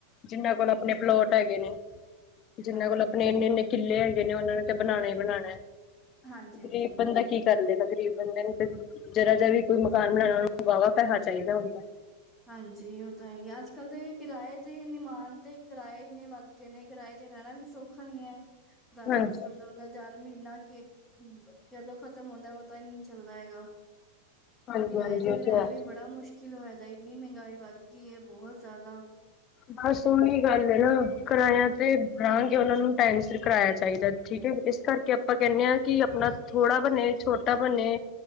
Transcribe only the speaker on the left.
ਜਿਹਨਾਂ
ਕੋਲ ਆਪਣੇ ਪਲੋਟ ਹੈਗੇ ਨੇ, ਜਿੰਨਾਂ
ਕੋਲ ਆਪਣੇ ਇੰਨੇ-ਇੰਨੇ ਕਿੱਲੇ ਹੈਗੇ ਨੇ, ਉਹਨਾਂ ਨੂੰ ਤੇ ਬਣਾਣਾ ਹੀ ਬਣਾਣਾ।
ਗਰੀਬ
ਬੰਦਾ
ਕੀ ਕਰਲੇਗਾ, ਗਰੀਬ ਬੰਦੇ ਨੂੰ ਤੇ ਜਰਾ ਜਾ ਵੀ ਕੋਈ ਮਕਾਨ ਬਣਾਣਾ, ਵਾਹਵਾ ਪੈਸਾ ਚਾਹੀਦਾ ਹੁੰਦਾ।
ਹਾਂਜੀ,
ਹਾਂਜੀ,
ਹਾਂਜੀ
ਉਹ
ਹੈ।
ਬਸ ਉਹੀ ਗੱਲ ਹੈ ਨਾ, ਕਿਰਾਆ ਤੇ ਦਾਂਗੇ, ਉਹਨਾਂ ਨੂੰ ਟਾਈਮ ਸਿਰ ਕਿਰਾਆ ਚਾਹੀਦਾ, ਠੀਕ ਹੈ ਇਸ ਇਸ ਕਰਕੇ ਆਪਾਂ ਕਹਿੰਦੇ ਹਾਂ ਕਿ ਆਪਣਾ ਥੋੜ੍ਹਾ ਬਣੇ ਛੋਟਾ ਬਣੇ